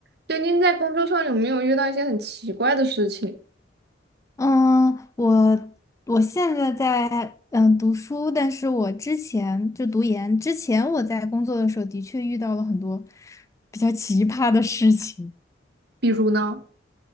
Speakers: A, on the right; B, on the left.
A: 对，您在工作上有没有遇到一些很奇怪的事情？
B: 嗯，我我现在在嗯读书，但是我之前就读研之前，我在工作的时候的确遇到了很多比较奇葩的事情。
A: 比如呢？